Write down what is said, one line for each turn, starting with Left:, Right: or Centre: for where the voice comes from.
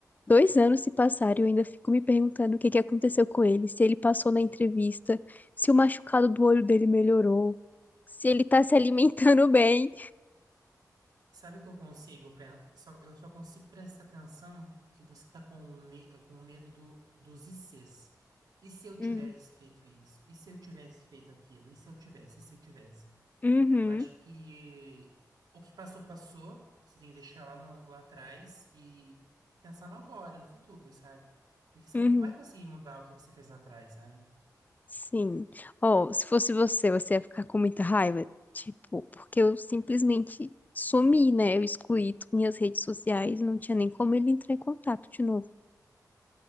Left: Dois anos se passaram e eu ainda fico me perguntando o que que aconteceu com ele, se ele passou na entrevista, se o machucado do olho dele melhorou, se ele tá se alimentando <laughs> bem.
Right: Sabe o que eu consigo, pen- só, eu só consigo prestar atenção que você tá com, me, com medo do, dos ICs. E se eu tivesse
Left: Hum.
Right: feito isso? E se eu tivesse feito aquilo? E se eu tivesse? E se eu tivesse?
Left: Uhum,
Right: Eu acho que o que passou, passou. Você tem que deixar lá, no- lá atrás e pensar no agora, no futuro, sabe? Porque você
Left: uhum.
Right: não vai conseguir mudar o que você fez lá atrás, sabe?
Left: Sim. Ó, se fosse você, você ia ficar com muita raiva. Tipo, porque eu simplesmente sumi, né? Eu excluí t- minhas redes sociais, não tinha nem como ele entrar em contato de novo.